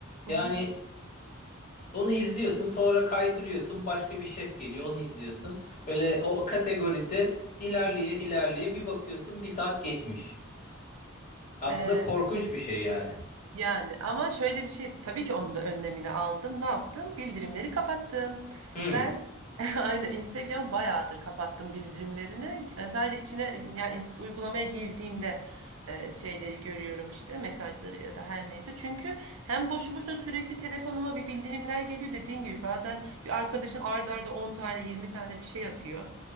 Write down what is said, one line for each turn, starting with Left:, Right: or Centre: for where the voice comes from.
Left: Yani
Right: Hı
Left: onu izliyorsun sonra kaydırıyorsun başka bir şef geliyor onu izliyorsun. Böyle o kategoride ilerleye ilerleye bir bakıyorsun bir saat geçmiş. Aslında
Right: hı.
Left: korkunç bir şey yani.
Right: Yani ama şöyle bir şey tabii ki onun da önlemini aldım. Ne yaptım? Bildirimleri kapattım.
Left: Hmm.
Right: Ben <laughs> aynen Instagram bayağıdır kapattım bildirimlerini. E, Sadece içine yani ins- uygulamaya girdiğimde e, şeyleri görüyorum işte mesajları ya da her neyse. Çünkü hem boşu boşuna sürekli telefonuma bir bildirimler geliyor dediğin gibi bazen bir arkadaşın arda arda 10 tane 20 tane bir şey atıyor.